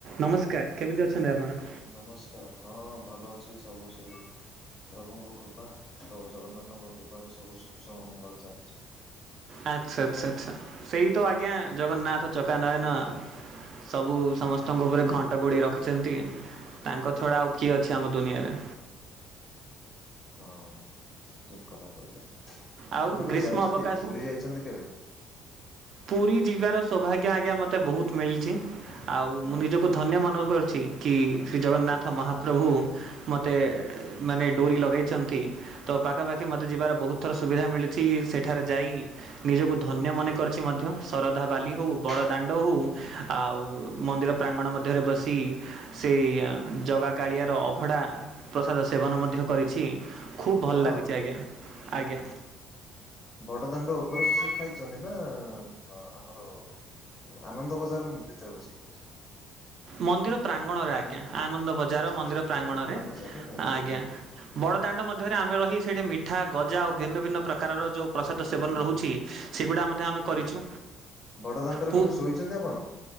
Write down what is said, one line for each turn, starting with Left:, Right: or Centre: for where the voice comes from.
Right: ନମସ୍କାର କେମିତି ଅଛନ୍ତି ଆପଣ?
Left: ନମସ୍କାର ହଁ ଭଲ ଅଛି ସବୁ ସେଇ ପ୍ରଭୁଙ୍କ କୃପା। ପ୍ରଭୁ ଜଗନ୍ନାଥଙ୍କ କୃପାରୁ ସବୁ କୁଶଳ ମଙ୍ଗଳ ଚାଲିଛି।
Right: ଆଚ୍ଛା ଆଚ୍ଛା ଆଚ୍ଛା ସେଇ ତ ଆଜ୍ଞା ଜଗନ୍ନାଥ ଚକା ନୟନ। ସବୁ ସମସ୍ତଙ୍କ ଉପରେ ଘଣ୍ଟ ଘୋଡେ଼ଇ ରଖିଛନ୍ତି। ତାଙ୍କ ଛଡ଼ା ଆଉ କିଏ ଅଛି ଆମ ଦୁନିଆରେ।
Left: ହଁ ଠିକ୍ କଥା କହିଲେ
Right: ଆଉ
Left: ଆପଣ କେବେ
Right: ଗ୍ରୀଷ୍ମ
Left: ଯାଇଛନ୍ତି
Right: ଅବକାଶରେ
Left: ପୁରୀ ଯାଇଛନ୍ତି କେବେ?
Right: ପୁରୀ ଯିବାର ସୌଭାଗ୍ୟ ଆଜ୍ଞା ମୋତେ ବହୁତ୍ ମିଳିଛି ଆଉ
Left: ହୁଁ
Right: ମୁଁ ନିଜକୁ
Left: ହୁଁ
Right: ଧନ୍ୟ ମନେ କରୁଛି। କି ଶ୍ରୀ ଜଗନ୍ନାଥ
Left: ନିହାତି ନିହାତି
Right: ମହାପ୍ରଭୁ ମୋତେ ମାନେ ଡୋରି ଲଗାଇଛନ୍ତି। ତ ପାଖାପାଖି ମତେ ଯିବାର ବହୁତ୍ ଥର ସୁବିଧା ମିଳିଛି ସେଠାରେ ଯାଇ ନିଜକୁ ଧନ୍ୟ ମନେ କରି ମଧ୍ୟ ଶରଧା ବାଲି
Left: ହୁଁ
Right: ହୋଉ
Left: ହୁଁ
Right: ବଡ଼ ଦା ରହୁ ଆଉ ମନ୍ଦିର ପ୍ରାଙ୍ଗଣ ମଧ୍ୟରେ ବସି ସେଇ ଜଗା କାଳିଆର ଅଭଡ଼ା ପ୍ରସାଦ ସେବନ ମଧ୍ୟ କରିଛି। ଖୁବ୍ ଭଲ
Left: ହଁ
Right: ଲାଗୁଛି ଆଜ୍ଞା ଆଜ୍ଞା।
Left: ବଡ଼ ଦାଣ୍ଡ ଉପରେ ବସିକି ଖାଇଛନ୍ତି ନା ଆମର ଆନନ୍ଦ ବଜାର ଭିତରେ ବସିକି ଖାଇ
Right: ମନ୍ଦିର ପ୍ରାଙ୍ଗଣରେ ଆଜ୍ଞା ଆନନ୍ଦ ବଜାର
Left: ଆଚ୍ଛା
Right: ମନ୍ଦିର
Left: ଆଚ୍ଛା
Right: ପ୍ରାଙ୍ଗଣରେ
Left: ଆନନ୍ଦ ବଜାରରେ ଖାଇଛନ୍ତି
Right: ଆଜ୍ଞା।
Left: ନାଇଁ କି?
Right: ବଡ଼ଦାଣ୍ଡ ମଧ୍ୟରେ ଆମେ ରହି ସେଇଠି ମିଠା ଗଜା ଓ ଭିନ୍ନ ଭିନ୍ନ ପ୍ରକାରର ଯେଉଁ ପ୍ରସାଦ ସେବନ
Left: ହୁଁ
Right: ରହୁଛି। ସେଗୁଡ଼ା ମଧ୍ୟ ଆମେ କରିଛୁ।
Left: ବଡ଼ଦାଣ୍ଡର
Right: ପୁ
Left: କେବେ ଶୋଇଛନ୍ତି ଆପଣ?